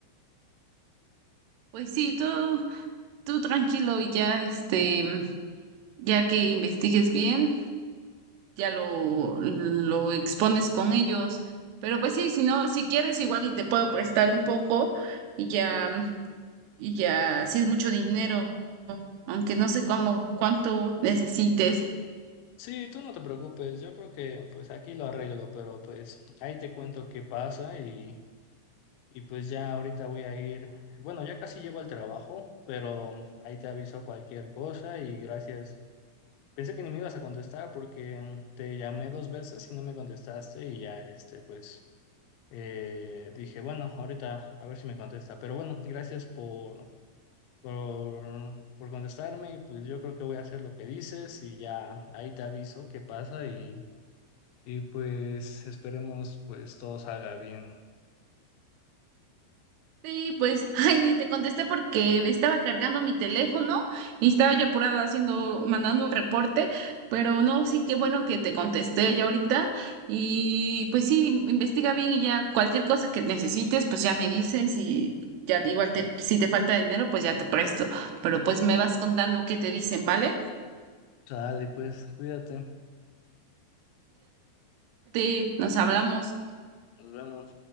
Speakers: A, on the right; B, on the left.
A: Pues sí, tú, tú tranquilo y ya este, ya que investigues bien, ya lo, lo expones con ellos. Pero pues sí, si no, si quieres igual y te puedo prestar un poco y ya. y ya, sí es mucho dinero, aunque no sé cómo, cuánto necesites.
B: Sí, tú no te preocupes, yo creo que pues aquí lo arreglo, pero pues ahí te cuento qué pasa y, y pues ya ahorita voy a ir, bueno, ya casi llego al trabajo, pero ahí te aviso cualquier cosa y gracias. Pensé que ni me ibas a contestar porque te llamé dos veces y no me contestaste y ya este pues eh, dije, bueno, ahorita a ver si me contesta, pero bueno, gracias por, por, por contestarme y pues yo creo que voy a hacer lo que dices y ya ahí te aviso qué pasa y... Y pues esperemos pues todo salga bien.
A: Sí, pues, <laughs> ay, ni te contesté porque estaba cargando mi teléfono y estaba yo apurada haciendo, mandando un reporte, pero no, sí, qué bueno que te contesté ya ahorita y pues sí, investiga bien y ya cualquier cosa que necesites, pues ya me dices y ya igual te, si te falta dinero, pues ya te presto, pero pues me vas contando qué te dicen, ¿vale?
B: Sale pues, cuídate.
A: Cuídate, nos hablamos.
B: Nos vemos.